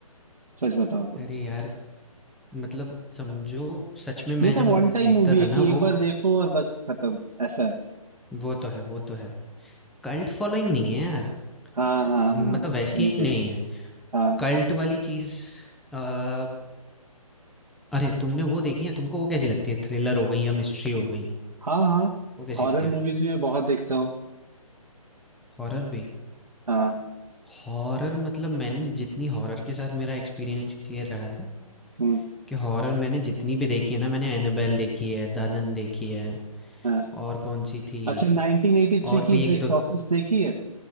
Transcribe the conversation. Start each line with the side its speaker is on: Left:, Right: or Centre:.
Right: सच बताऊं तो
Centre: अरे यार! मतलब समझो सच में मैं
Right: ये सब
Centre: जब मूवीज़
Right: वन टाइम
Centre: देखता
Right: मूवी
Centre: था
Right: है कि
Centre: ना
Right: एक
Centre: वो
Right: बार देखो और बस खत्म ऐसा है
Centre: वो तो है, वो तो है। कल्ट फॉलोइंग नहीं है यार,
Right: हाँ हाँ
Centre: मतलब
Right: हाँ
Centre: वैसी
Right: इनके
Centre: नहीं है।
Right: हाँ
Centre: कल्ट वाली चीज़ अ, अरे तुमने वो देखी है? तुमको वो कैसी लगती है? थ्रिलर हो गई या मिस्ट्री हो गई,
Right: हाँ हाँ
Centre: वो कैसी
Right: हॉरर
Centre: लगती
Right: मूवीज
Centre: हैं?
Right: भी मैं बहुत देखता हूँ
Centre: हॉरर भी?
Right: हाँ
Centre: हॉरर मतलब मैंने जितनी हॉरर के साथ मेरा एक्सपीरियंस ये रहा है
Right: हम्म
Centre: कि हॉरर मैंने जितनी भी देखी है ना मैंने एनाबेल देखी है, दनन देखी है
Right: हाँ
Centre: और कौन-सी थी
Right: अच्छा 1983
Centre: और भी
Right: की
Centre: 1-2
Right: द एक्सॉर्सिस्ट देखी है